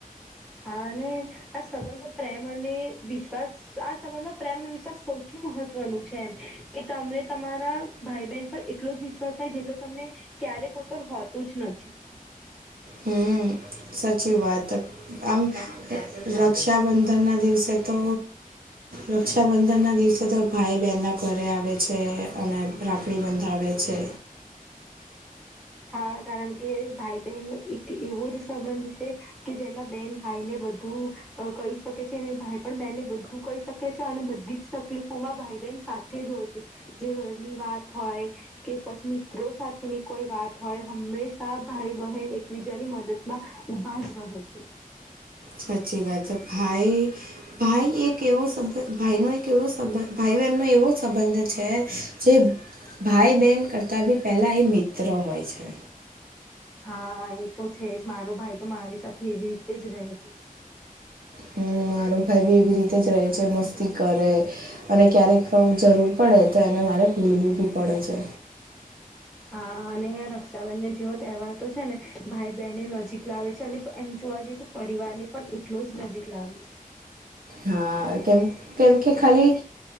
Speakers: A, in the centre; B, on the right (about 75°).
A: હા અને આ સંબંધો પ્રેમ અને વિશ્વાસ આ સંબંધમાં પ્રેમ વિશ્વાસ સૌથી મહત્વનું છે એમ કે તને તમારા ભાઈ બહેન પર એટલો જ વિશ્વાસ થાય જેટલો તમને ક્યારેક કોઈ પર હોતું જ નથી
B: હમ સાચી વાત આમ રક્ષાબંધનના દિવસે તો રક્ષાબંધનના દિવસે તો ભાઈ બહેનના ઘરે આવે છે અને રાખડી બંધાવે છે
A: હા કારણ કે ભાઈ બહેન નો એક એવો જ સંબંધ છે કે જેમાં બેન ભાઈ ને બધું કહી શકે છે અને ભાઈ પણ બહેનને બધું કઈ શકે છે અને બધી જ તકલીફોમાં ભાઈ બહેન સાથે તે જ હોય છે જે ઘરની વાત હોય કે પછી મિત્રો સાથેની કોઈ વાત હોય હંમેશા ભાઈ બહેન એકબીજાની મદદ માં ઊભા જ રહે છે
B: સાચી વાત ભાઈ ભાઈ એક એવો શબ ભાઈ નો એક એવો સંબંધ ભાઈ બહેનનો એવો સંબંધ છે જે ભાઈ બહેન કરતાં બી પહેલા એ મિત્ર હોય છે
A: હા એ તો છે જ મારો ભાઈ તો મારી સાથે એવી રીતે જ રહે છે
B: હમ, મારો ભાઈ બી એવી રીતે જ રહે છે મસ્તી કરે અને ક્યારેક જરૂર પડે તો એને મારે ભૂલવું બી પડે છે
A: હા અને રક્ષાબંધન જેવો તહેવાર તો છે ને ભાઈ બહેનને નજીક લાવે છે અને એમ જોવા જઈએ તો પરિવાર ને પણ એટલો જ નજીક લાવે છે
B: હા કેમ કેમ કે ખાલી